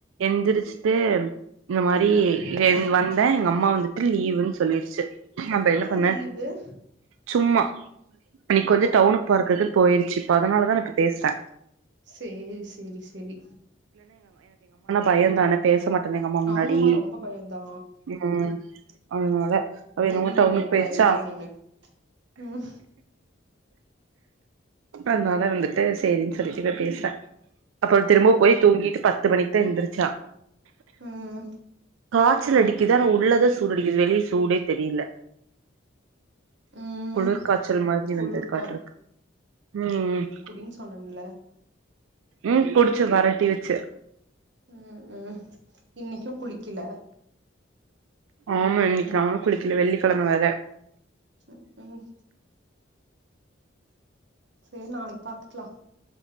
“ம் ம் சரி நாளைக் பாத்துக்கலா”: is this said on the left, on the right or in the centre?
Right